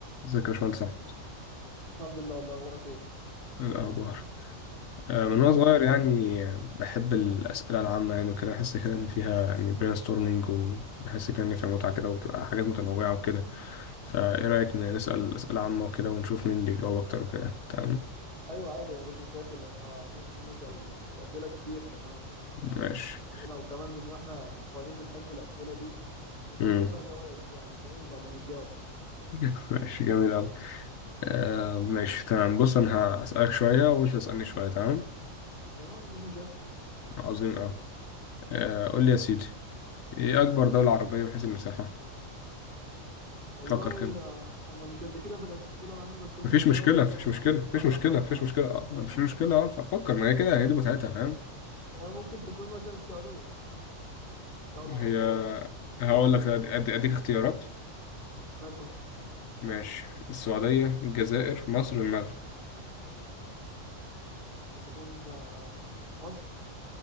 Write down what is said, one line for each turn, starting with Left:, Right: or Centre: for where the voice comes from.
Left: ازيك يا باشمهندس أحمد؟
Right: الحمد لله والله اخبارك ايه
Left: إيه الأخبار آه،
Right: ايه
Left: من
Right: الدنيا
Left: وأنا صغير يعني آه، بحب الأسئلة العامة يعني وكده بحس كده إن فيها يعني برين ستورمينج وبحس كده إن فيها متعة كده وبتبقى حاجات متنوعة وكده فإيه رأيك إن نسأل أسئلة عامة وكده ونشوف مين اللي يجاوب أكتر وكده تمام
Right: ايوه عادي مفيش مشاكل احنا ممكن نسأل اسئله كتير كمان يعني مش
Left: ماشي
Right: قليله وكمان ان احنا صغيرين بنحب الاسئله دي وبالذات
Left: مم.
Right: لو فيها جوائز يعني فاهم بعد ما تجاوب
Left: <laughs> ماشي جميل أوي آه ماشي تمام بص أنا هسألك شوية ومش هتسألني شوية تمام
Right: تمام مفيش مشاكل
Left: عظيم أوي آه قول لي يا سيدي إيه أكبر دولة عربية من حيث المساحة؟
Right: والله
Left: فكر كده
Right: آه، انا مش قد كده في الاسئله العامه بس ممكن
Left: مفيش
Right: اجاوب
Left: مشكلة
Right: كده
Left: مفيش
Right: وممكن
Left: مشكلة
Right: تطلع
Left: مفيش
Right: صح
Left: مشكلة
Right: وغلط
Left: مفيش مشكلة
Right: فاهم
Left: اه مفيش مشكلة اه فكر ما هي كده هي دي متعتها فاهم
Right: آه، ممكن تكون مثلا السعوديه دوله
Left: هي
Right: عربيه ومساحتها
Left: هقول
Right: كبيره
Left: لك أدي- أدي- اديك اختيارات
Right: مثلا
Left: ماشي السعودية الجزائر مصر المغرب
Right: ممكن تكون آه، مصر